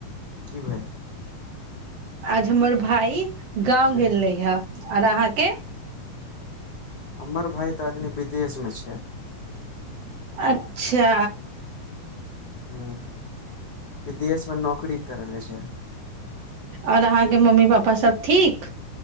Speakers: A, on the left (about 80°); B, on the right (about 60°).
A: की भेलोझ
B: आज हमर भाई गाँंव
A: ह
B: गेल रहे हे आओर अहाँके
A: अमर भाइ ताकने विदेश छै
B: अच्छा
A: ह विदेशमे नौकरी करेल छै
B: आओर अहाँके मम्मी पापा सब ठीक